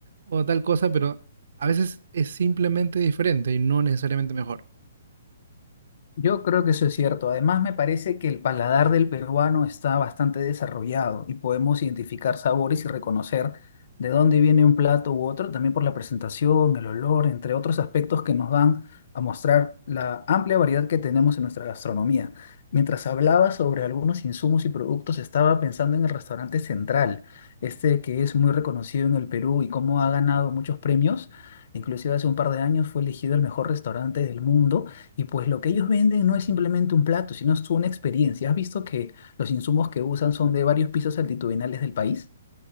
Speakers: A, on the right; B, on the left.
A: o tal cosa, pero a veces es simplemente diferente y no necesariamente mejor.
B: Yo creo que eso es cierto. Además, me parece que el paladar del peruano está bastante desarrollado y podemos identificar sabores y reconocer de dónde viene un plato u otro, también por la presentación, el olor, entre otros aspectos que nos van a mostrar la amplia variedad que tenemos en nuestra gastronomía. Mientras hablaba sobre algunos insumos y productos, estaba pensando en el restaurante Central, este que es muy reconocido en el Perú y cómo ha ganado muchos premios. Inclusive hace un par de años fue elegido el mejor restaurante del mundo y pues lo que ellos venden no es simplemente un plato, sino es una experiencia. ¿Has visto que los insumos que usan son de varios pisos altitudinales del país?